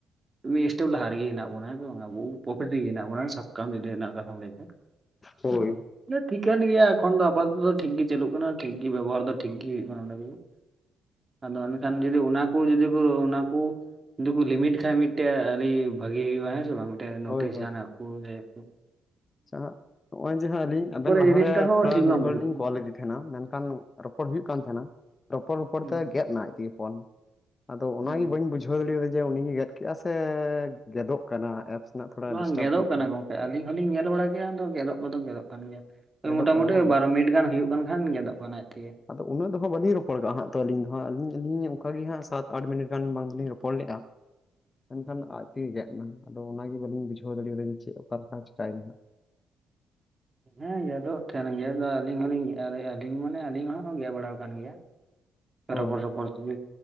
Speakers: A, on the right; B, on the left.
A: ᱢᱤ ᱤᱥᱴᱮᱯ ᱞᱟᱦᱟ ᱨᱮᱜᱮ, ᱦᱮᱱᱟᱜ ᱵᱚᱱᱟ ᱵᱟᱝ, ᱟᱵᱚ ᱯᱨᱚᱯᱷᱤᱴ ᱨᱮᱜᱮ ᱦᱮᱱᱟᱜ ᱵᱚᱱᱟ, ᱥᱟᱵ ᱠᱟᱢ ᱡᱩᱫᱤ ᱦᱮᱱᱟᱜ ᱟᱠᱟᱜ ᱛᱟᱢ ᱞᱟᱹᱭ ᱢᱮ ᱾
B: ᱦᱳᱭ
A: ᱮᱻᱫᱚᱝ <inaudible> ᱴᱷᱤᱠᱟᱹᱱ ᱜᱮᱭᱟ ᱮᱠᱷᱚᱱ ᱫᱚ, ᱟᱯᱟᱫᱛᱮᱫ, ᱛᱚ ᱴᱷᱤᱠ ᱜᱮ, ᱪᱟᱹᱞᱩᱜ ᱠᱟᱱᱟ ᱾ ᱴᱷᱤᱠ ᱜᱮ, ᱵᱮᱵᱚᱦᱟᱨ ᱫᱚ, ᱴᱷᱤᱠ ᱜᱮ ᱦᱩᱭᱩᱜ ᱠᱟᱱᱟ ᱾ ᱱᱚᱰᱮ ᱫᱚ ᱾ ᱟᱫᱚ, ᱮᱱᱠᱷᱟᱱ ᱡᱩᱫᱤ, ᱚᱱᱟ ᱠᱩ ᱡᱩᱫᱤ ᱠᱚ, ᱚᱱᱟᱠᱩ ᱡᱩᱫᱤ ᱠᱚ, ᱞᱤᱢᱤᱴ ᱠᱷᱟᱡ, ᱢᱤᱫᱴᱮᱡ ᱟᱹᱰᱤ, ᱵᱷᱟᱜᱤ ᱦᱩᱭᱩᱜ-ᱟ, ᱦᱮᱸ ᱥᱮ ᱵᱟᱝ ᱴᱮ ᱱᱳᱴᱤᱥ
B: ᱦᱳᱭ
A: ᱡᱟᱦᱟᱸᱱᱟᱜ ᱠᱚ, ᱞᱟᱹᱭ ᱟᱠᱩ
B: ᱪᱪᱟ ᱦᱟᱸᱜ ᱱᱚᱜ-ᱚᱭ, ᱡᱮ ᱦᱟᱸᱜ ᱟᱹᱞᱤᱧ, ᱟᱵᱮᱱ ᱞᱟᱦᱟ
A: ᱡᱤᱱᱤᱥᱴᱟ
B: ᱨᱮ,
A: ᱦᱚᱸ
B: ᱛᱷᱚᱲᱟ,
A: ᱴᱷᱤᱠ
B: ᱢᱤᱫ
A: ᱵᱟᱝ
B: ᱦᱚᱲ
A: ᱵᱩᱡᱩᱜ
B: ᱞᱤᱧ
A: ᱠᱟᱱᱟ
B: ᱠᱚᱞ ᱞᱮᱫᱮ ᱛᱟᱦᱮᱸᱱᱟ, ᱢᱮᱱᱠᱷᱟᱱ ᱨᱚᱯᱚᱲ ᱦᱩᱭᱩᱜ ᱠᱟᱱ ᱛᱟᱦᱮᱸᱱᱟ, ᱨᱚᱯᱚᱲ, ᱨᱚᱯᱚᱲ
A: ᱦᱩᱸ
B: ᱛᱮ, ᱜᱮ ᱜᱮᱫ ᱮᱱᱟ ᱟᱡ ᱛᱮᱜᱮ ᱯᱷᱚᱱ, ᱟᱫᱚ, ᱚᱱᱟᱜᱤ
A: ᱦᱩᱸ
B: ᱵᱟᱹᱧ ᱵᱩᱡ ᱵᱩᱡᱷᱟᱹᱣ ᱫᱟᱲᱮ ᱟᱫᱟ ᱡᱮ, ᱩᱱᱤ ᱜᱮ ᱜᱮᱫ ᱠᱮᱜᱼᱟ ᱥᱮ, ᱜᱮᱫᱚᱜ ᱠᱟᱱᱟ, ᱮᱯᱥ ᱨᱮᱱᱟᱜ, ᱛᱷᱚᱲᱟ
A: ᱵᱟᱝ
B: ᱰᱤᱥᱴᱟᱵ
A: ᱜᱮᱫᱚᱜ
B: ᱦᱩᱭᱩᱜ ᱠᱟᱱᱟ
A: ᱜᱚᱝᱠᱮ
B: ᱾
A: ᱟᱹᱞᱤᱧ ᱦᱚᱞᱤᱧ ᱧᱮᱞ ᱵᱟᱲᱟ ᱠᱮᱜᱼᱟ, ᱜᱮᱫᱚᱜ ᱠᱚᱫᱚ ᱜᱮᱫᱚᱜ ᱠᱟᱱ ᱜᱮᱭᱟ ᱾ ᱮ,
B: ᱜᱮᱫᱚᱜ
A: ᱢᱚᱴᱟᱩᱴᱤ
B: ᱠᱟᱱᱟ ᱵᱟᱝ
A: ᱵᱟᱨᱚ ᱢᱤᱱᱤᱴ ᱜᱟᱱ ᱦᱩᱭᱩᱜ ᱠᱟᱱ ᱠᱷᱟᱱ, ᱜᱮᱫᱚᱜ ᱠᱟᱱᱟ ᱟᱡ ᱛᱮᱜᱮ ᱾
B: ᱟᱫᱚ ᱩᱱᱟᱜ ᱫᱚ ᱦᱟᱸᱜ ᱵᱟᱹᱞᱤᱧ ᱨᱚᱯᱚᱲ ᱠᱟᱜᱼᱟ ᱦᱟᱸᱜ, ᱟᱹᱞᱤᱧ ᱫᱚ ᱦᱟᱸᱜ, ᱟᱹᱞᱤᱧ ᱟᱹᱞᱤᱧ ᱚᱱᱠᱟ ᱜᱮ ᱦᱟᱸᱜ, ᱥᱟᱛ ᱟᱴ ᱢᱤᱱᱤᱴ ᱜᱟᱱ, ᱵᱟᱝ ᱫᱚᱞᱤᱧ ᱨᱚᱯᱚᱲ ᱞᱮᱼᱟ ᱾
A: <unintelligible>
B: ᱢᱮᱱᱠᱷᱟᱱ, ᱟᱡ ᱛᱮᱜᱮ ᱜᱮᱫ ᱮᱱᱟ, ᱟᱫᱚ, ᱚᱱᱟ ᱜᱮ ᱵᱟᱹᱞᱤᱧ ᱵᱩᱡᱷᱟᱹᱣ ᱫᱟᱲᱮᱭᱟᱫᱟ, ᱡᱮ ᱪᱮᱫ? ᱚᱠᱟ ᱞᱮᱠᱟ ᱪᱤᱠᱟᱭ ᱮᱱᱟ ᱦᱟᱸᱜ ᱾
A: ᱦᱮᱸ, ᱜᱮᱫᱚᱜ ᱛᱟᱦᱮᱱ ᱜᱮ, ᱫᱚ ᱟᱹᱞᱤᱧ ᱦᱚᱞᱤᱧ, ᱟᱹᱞᱤᱧ ᱢᱟᱱᱮ, ᱟᱹᱞᱤᱧ ᱦᱚᱸ ᱜᱮᱫ ᱵᱟᱲᱟ ᱟᱠᱟᱱ ᱜᱮᱭᱟ ᱾ ᱨᱚᱯᱚᱲ
B: ᱦᱳᱭ
A: ᱨᱚᱯᱚᱲ ᱛᱩᱞᱩᱡ,